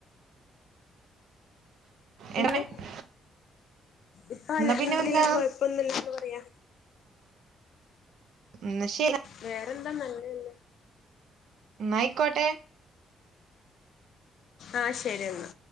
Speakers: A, on the left; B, on the right.
A: പിന്നെ.
B: എന്നാ
A: ഇപ്പൊ അൽഹംദുലില്ലാഹ്
B: പിന്നെ എന്താ
A: കൊയപ്പോന്നൂല്ലന്ന് പറയാ.
B: ന്ന ശരി
A: വേറെന്താ നല്ലത്
B: ന്നായികോട്ടെ.
A: ആഹ് ശെരിയെന്നാ.